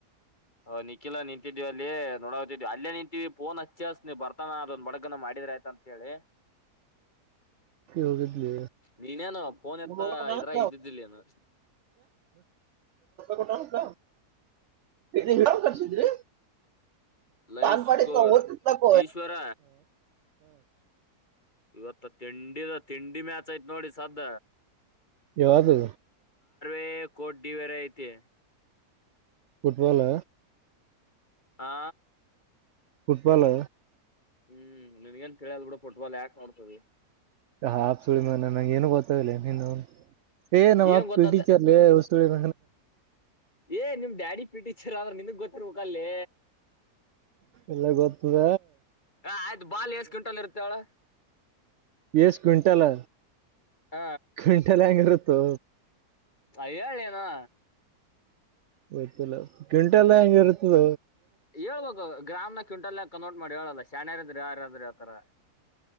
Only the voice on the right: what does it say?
ಹ ಹವುೋಗಲಿದ
ಮೊಮ್ಮಾರಪ
ಕಟಾಣತಾ ್ ಯನ್ ಕರ್ಸಿದ್ರಿ
ತಾನವಾಡಿ
ಕಲಕ
ಯದು
ಫುಟ್ಬಾಲ್
ಫುಟ್ಬಾಲ್
ಹ ಆಪ್ ಸುಳಿ ಮ ನಂಗೆ ಏನು ಗೊತ್ತಾವಿಲ್ಲ ನೀ ಏ ನಮ್ಮ್
ಅಪ್
ಟೀಚರ್ ುಳ
ಎಲ್ಲ ಗೊತ್ತದ
ಎಷ್ಟ ಕ್ವಿಂಟಲ್
ಕಂಟಲ್ಲ ಅಂಗಾರತ್ತು
ಗೊತ್ತಲ್ಲ ಕ್ವಿಂಟೆಲ್ ಹೆಂಗ ಇರುತ್ತದ